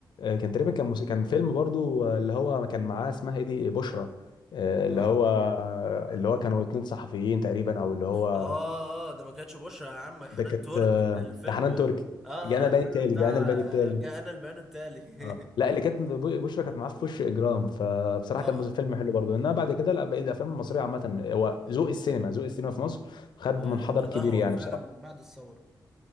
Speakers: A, on the left; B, in the centre.
A: كان تقريبا كان موسيقى كان فيلم برضو آه، اللي هو كان معاه اسمها ايه دي بشرى آه، اللي
B: اه
A: هو آه، اللي هو كانوا اتنين صحفيين تقريبا او اللي هو
B: اه اه ده ما كانتش بشرى يا عم حنان
A: ده كانت
B: ترك
A: آه،
B: الفيلم
A: ده حنان تركي
B: اه
A: جانا
B: اه
A: الباني
B: الفيلم
A: التالي
B: بتاع
A: جانا الباني
B: آه،
A: التالي
B: جاءنا البيان التالي
A: اه
B: <laughs>
A: لا اللي كانت ب- بشرى كانت معاه في وش اجرام فبصراحه
B: اه
A: كان مس-
B: اه
A: فيلم حلو برضو انما بعد كده لا بقيت الافلام المصريه عامه هو ذوق السينما ذوق السينما في مصر خد
B: آه،
A: منحدر
B: تدهور
A: كبير يعني
B: فعلا
A: بصراحه
B: من بعد الثورة